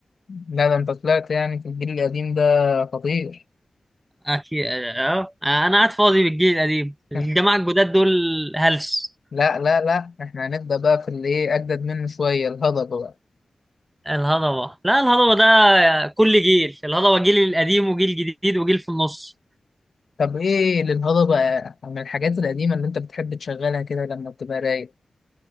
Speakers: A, on the left (about 60°); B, on the right (about 15°).
A: لا ده انت طلعت يعني في الجيل القديم ده خطير
B: اكيد اه آه، انا قاعد فاضي بالجيل القديم الجماعه
A: <laughs>
B: الجداد دول هلس
A: لا لا لا احنا هنبدا بقى في اللي ايه اجدد منه شويه الهضبه بقى
B: الهضبة لا الهضبة ده كل جيل الهضبة جيل القديم وجيل جديد وجيل في النص
A: طب ايه للهضبه من الحاجات القديمه اللي انت بتحب تشغلها كده لما بتبقى رايق